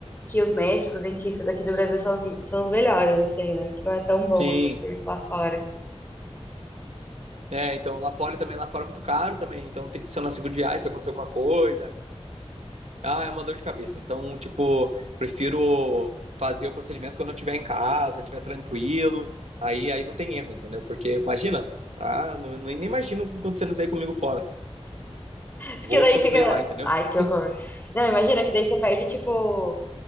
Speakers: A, on the left; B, on the right.
A: que os médicos, dentistas aqui do Brasil são, são os melhores, assim, né? Que não é tão bom
B: Sim.
A: assim, o serviço lá fora.
B: É, então lá fora também, lá fora é muito caro também. Então tem que ser na segunda viagem se acontecer alguma coisa. Ah, é uma dor de cabeça. Então, tipo, prefiro fazer o procedimento quando eu estiver em casa, estiver tranquilo. Aí, aí não tem erro, entendeu? Porque imagina, ah, não, nem, nem imagino acontecendo isso aí comigo fora.
A: Porque
B: Vou
A: daí
B: sofrer
A: fica.
B: lá, entendeu?
A: Ai,
B: <laughs>
A: que horror. Não, imagina que daí você perde, tipo.